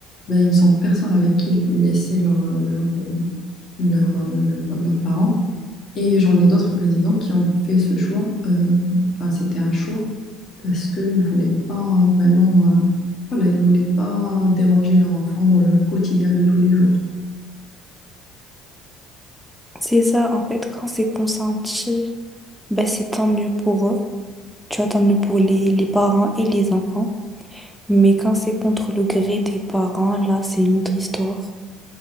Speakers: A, on the left; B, in the centre.
A: ben, ils n'ont personne avec qui laisser leur, leur, euh, leur, euh, leur- leurs parents. Et j'en ai d'autres résidents qui ont fait ce choix. euh, Enfin, c'était un choix parce qu'ils ne voulaient pas vraiment, euh, voilà, ils voulaient pas déranger leur enfant dans leur quotidien de tous les jours.
B: C'est ça, en fait, quand c'est consenti, ben c'est tant mieux pour eux. Tu vois, tant mieux pour les, les parents et les enfants. Mais quand c'est contre le gré des parents, là, c'est une autre histoire.